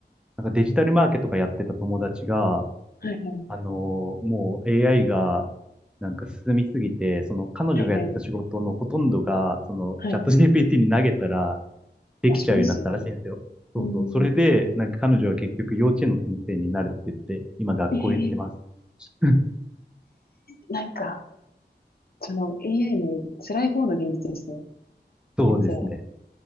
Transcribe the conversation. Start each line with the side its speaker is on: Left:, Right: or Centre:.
Centre: なんかデジタルマーケとかやってた友達が、
Left: はい、はい
Centre: あのーもう AI が、なんか進みすぎて、その彼女がやってた仕事のほとんどが、
Left: はい、はいはい、
Centre: そのチャット
Left: はい。
Centre: GPT に投げたらできちゃうようになったらしいんですよ。
Left: まあ、そうですよね。
Centre: そうそう。
Left: うん。
Centre: それで、なんか彼女は結局幼稚園の先生になるって言って、今学校行ってます。
Left: えー、
Centre: <laughs>
Left: なんか、その AI の辛い方の現実ですね。
Centre: そうですね。
Left: めっちゃ。